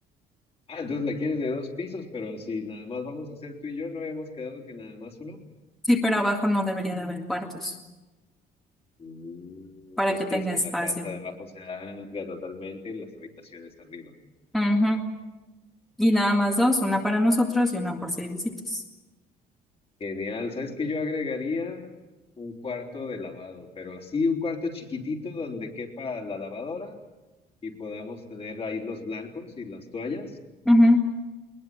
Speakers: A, on the left; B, in the centre.
A: Ah, entonces la quieres de dos pisos, pero si nada más vamos a hacer tú y yo, ¿no habíamos quedado que nada más uno?
B: Sí, pero abajo no debería de haber cuartos
A: Mm,
B: para
A: entonces
B: que tenga
A: quieres que
B: espacio.
A: la casa de abajo sea amplia totalmente y las habitaciones arriba.
B: Ujú. Y nada más dos, una para nosotros y una por seis visitas.
A: Genial, ¿sabes qué? Yo agregaría un cuarto de lavado, pero así un cuarto chiquitito donde quepa la lavadora y podamos tener ahí los blancos y las toallas
B: Ujú.